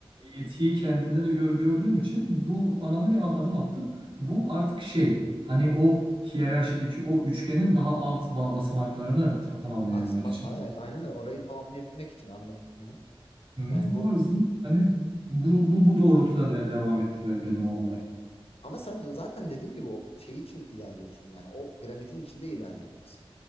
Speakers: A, on the right; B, on the left.
A: yetiyi kendimde de gö- gördüğüm için bu alana bir ad- adım attım. Bu artık
B: Evet.
A: şey hani o hiyerarşideki o üçgenin daha alt ba- basamaklarını ta- tamamlayabilmek
B: Aksma,
A: için.
B: a- evet aynen öyle. Orayı tamamlayabilmek için anladım. Hı hı.
A: Hı,
B: Yani bu
A: o yüzden hani bu, bu, bu doğrultuda de devam etti be- benim o olay.
B: ama sen de zaten dediğim gibi o şey için ilerliyorsun. Yani o piramidin içinde ilerliyorsun.